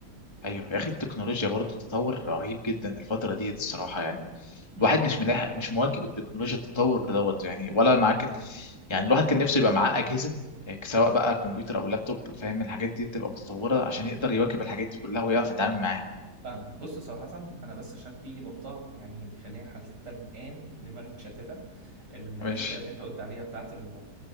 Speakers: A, on the left; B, on the right.
A: ايوه يا اخي التكنولوجيا برضه تطور رهيب جدا الفتره ديت الصراحه يعني
B: م-
A: الواحد
B: م-
A: مش
B: م.
A: ملاحق مش مواكب التكنولوجيا التطور دوت يعني ولا معاك ال... يعني الواحد كان نفسه يبقى معاه اجهزه يعني سواء بقى كمبيوتر او لابتوب فاهم الحاجات دي تبقى متطوره عشان يقدر يواكب الحاجات دي كلها ويعرف يتعامل معاها
B: فاهمك بص صراحة أنا بس عشان في نقطة يعني مخليها حتى الآن دماغي متشتتة ال- الفكرة
A: ماشي
B: اللي أنت قلت عليها بتاعة ال